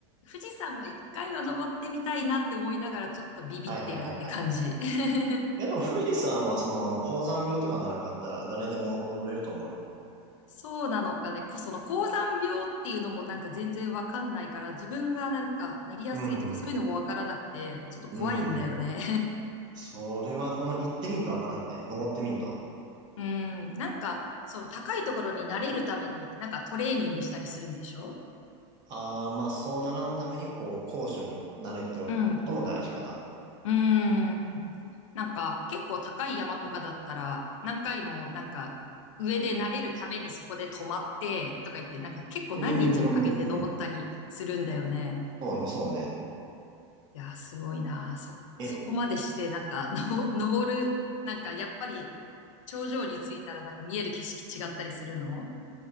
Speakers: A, on the left; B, on the right.
A: 富士山は一回は登ってみたいなって思いながらちょっとビビってるって感じ。
B: はいはいはいはい。
A: <laughs>
B: いやでも富士山はその、高山病とかならんかったら誰でも登れると思うよ。
A: そうなのかね、こ、その高山病っていうのもなんか全然わかんないから、自分がなんかなりやすいとかそういうのもわからなくて、
B: うんうん。
A: ちょっと怖いんだよね。
B: うん。それはほんま行ってみんとわからんね。登ってみんと。
A: うん。なんか、その高いところに慣れるために、なんかトレーニングしたりするんでしょ
B: ああ、まあそうならんために、こう、高所に慣れておくことも大事かな。
A: うん。うん。なんか、結構高い山とかだったら、何回も、なんか、上で慣れるためにそこで止まって、とか言って、なんか結構何日もかけて登ったりするんだよね。
B: うーん。そうね、そうね。
A: いやー、すごいなー。そ、
B: え、
A: そこまでして、なんか、の、登る、なんか、やっぱり、頂上に着いたら、なんか見える景色違ったりするの